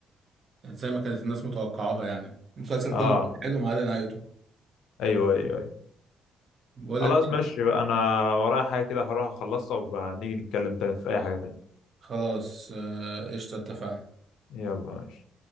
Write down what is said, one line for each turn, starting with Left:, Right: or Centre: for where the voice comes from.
Right: زي ما كانت الناس متوقعاها يعني المسلسل
Left: اه
Right: كله كان حلو ما عدا نهايته
Left: ايوه ايوه ايوه
Right: بقول
Left: خلاص
Right: لك
Left: ماشي بقى انا ورايا حاجه كده هروح اخلصها وبقى نيجي نتكلم تاني في اي حاجه تاني
Right: خلاص آه، قشطه اتفقنا
Left: يلا ماشي